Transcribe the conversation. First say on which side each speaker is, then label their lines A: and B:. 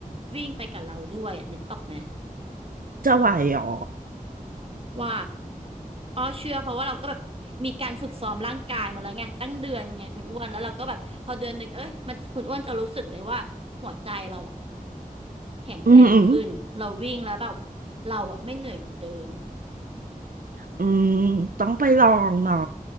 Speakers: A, on the right; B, on the right.
A: วิ่งไปกับเราด้วยอะนึกออกไหม
B: จะไหวเหรอ
A: ไหวอ้อเชื่อเพราะว่าเราก็แบบมีการฝึกซ้อมร่างกายมาแล้วไงตั้งเดือนไงคุณอ้วนแล้วเราก็แบบพอเดือนหนึ่งเอ้ยมันคุณอ้วนจะรู้สึกเลยว่าหัวใจเราอะแข็งแรงขึ้นเราวิ่งแล้วแบบ
B: อืมอหือ
A: เราอะไม่เหนื่อยเหมือนเดิม
B: อืมต้องไปลองเนาะ